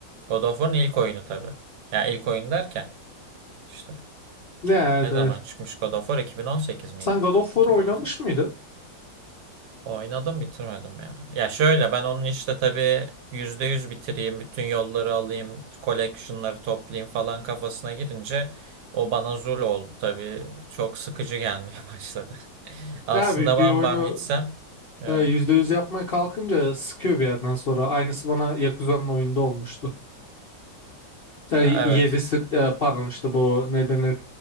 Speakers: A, on the right (about 70°); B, on the left (about 60°).
A: God of War'un ilk oyunu tabii. Ya ilk oyun derken işte
B: Ya,
A: ne
B: evet.
A: zaman çıkmış God of War 2018 miydi?
B: Sen God of War
A: 2018.
B: oynamış mıydın?
A: Oynadım bitirmedim ya. Ya şöyle ben onun işte tabii %100 bitireyim, bütün yolları alayım, collection'ları toplayayım falan kafasına girince o bana zul oldu tabii. Çok sıkıcı gelmeye <laughs> başladı. Aslında
B: Ya bir, bir
A: bam
B: oyunu
A: bam gitsem. Evet.
B: e, %100 yapmaya kalkınca sıkıyor bir yerden sonra. Aynısı bana Yakuza'nın oyunda olmuştu. Yani
A: Ya Evet.
B: yedisi e, pardon işte bu ne denir